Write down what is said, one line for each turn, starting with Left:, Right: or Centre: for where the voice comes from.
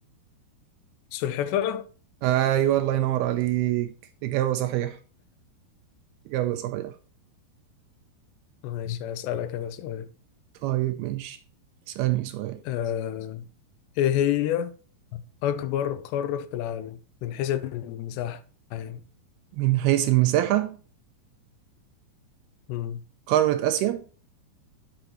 Left: سلحفاة
Right: أيوه الله ينور عليك إجابة صحيحة إجابة صحيحة
Left: ماشي هسألك انا سؤال
Right: طيب ماشي اسألني سؤال
Left: آه، ايه هي اكبر قارة في العالم من حيث المساحة يعني
Right: من حيث المساحة
Left: مم،
Right: قارة آسيا